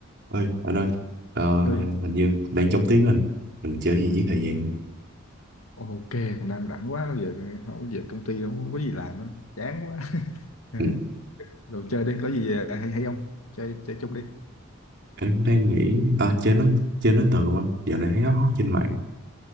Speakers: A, on the right (about 50°); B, on the left (about 75°).
A: ơi anh ơi ờ,
B: ơi
A: hình như đang chống tiếng anh mình chơi gì với thời gian
B: ok cũng đang rảnh quá giờ không giờ công ty không có gì làm á chán quá <laughs> Ờ,
A: ừ.
B: rồi chơi đi có gì ờ, hay hay không chơi chơi chung đi
A: anh cũng đang nghĩ à chơi nói chơi nói từ không anh giờ này thấy nó hot trên mạng